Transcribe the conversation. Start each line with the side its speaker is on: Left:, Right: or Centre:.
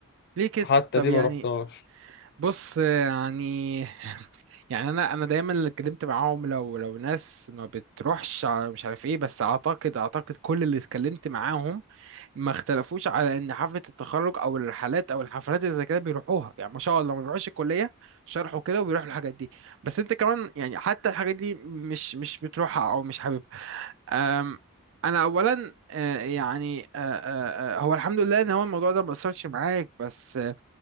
Right: ليه كده
Left: حتى
Right: طب
Left: دي
Right: يعني
Left: ما رحتهاش
Right: بص يعني <laughs> يعني انا انا دايما اللي اتكلمت معاهم لو لو ناس ما بتروحش ع- مش عارف ايه بس اعتقد اعتقد كل اللي اتكلمت معاهم ما اختلفوش على ان حفله التخرج او الرحلات او الحفلات اللي زي كده بيروحوها يعني ما شاء الله ما بيروحوش الكليه شرحوا كده وبيروحوا الحاجات دي بس انت كمان يعني حتى الحاجات دي مش مش بتروحها او مش حاببها أم، انا اولا آه، يعني آه، آه، آه، هو الحمد لله ان هو الموضوع ده ما اثرش معاك بس آه،